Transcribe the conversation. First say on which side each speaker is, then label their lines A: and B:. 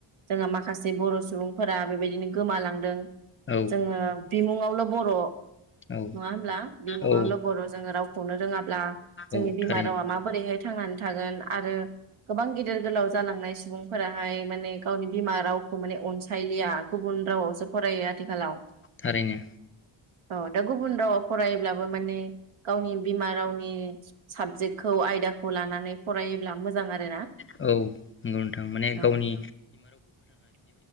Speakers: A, on the right; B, on the left.
A: जोंहा माखासे बर सुबुं फोरा बेबायदिनो गोमालांदों
B: औ
A: जोङो बिमुङावल बर
B: औ
A: नङा होमब्ला बिमुं
B: औ
A: आवल बर जोङो रावखौनो रोङाब्ला जोंनि
B: औ
A: बिमा
B: थारैनो।
A: रावा माबोरैहाय थांनानै थागोन आरो गोबां गिदिर गोलाव जालांनाय सुबुंफोराहाय माने गावनि बिमा रावखौ माने अनसाय थाइलिया गुबुन रावावसो फरायो आथिखालाव।
B: थारैनो।
A: औ दा गुबुन रावाव फरायोब्लाबो माने गाव गावनि बिमा रावनि साबजेक्टखौ आयदाखौ लानानै फरायोब्ला मोजां आरोना
B: औ नंगौ नोंथां माने
A: औ
B: गावनि
A: ।